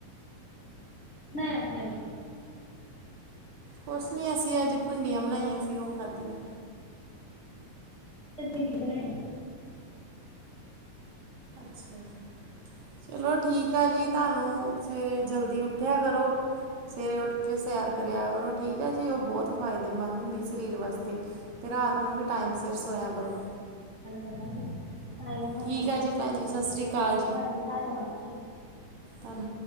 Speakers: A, on the left; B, on the right.
A: <unintelligible> <unintelligible>
B: ਕੁਛ ਨੀ ਅਸੀਂ ਅੱਜ ਭਿੰਡੀਆਂ ਬਣਾਈਆਂ ਸੀ, ਉਹ ਖਾਧੀਆਂ।
A: ਭਿੰਡੀਆਂ ਬਣਾਈਆ।
B: ਅੱਛਾ ਜੀ, ਚਲੋ ਠੀਕ ਆ ਜੀ, ਤੁਹਾਨੂੰ ਸਵੇਰੇ ਜਲਦੀ ਉੱਠਿਆ ਕਰੋ। ਸਵੇਰੇ ਉੱਠ ਕੇ ਸੈਰ ਕਰਿਆ ਕਰੋ, ਠੀਕ ਹੈ ਜੀ ਉਹ ਬਹੁਤ ਫਾਇਦੇਮੰਦ ਹੁੰਦੀ ਸਰੀਰ ਵਾਸਤੇ ਅਤੇ ਰਾਤ ਨੂੰ ਵੀ ਟਾਈਮ ਸਿਰ ਸੋਇਆ ਕਰੋ।
A: ਗੱਲ ਕਰਾਂਗੇ ਹੋ
B: ਠੀਕ
A: ਗਿਆ,
B: ਆ ਜੀ ਭੈਣ ਜੀ ਸਤਿ ਸ਼੍ਰੀ ਅਕਾਲ
A: ਹਾਂਜੀ ਧੰਨਵਾਦ ਜੀ।
B: ਹਾਂਜੀ,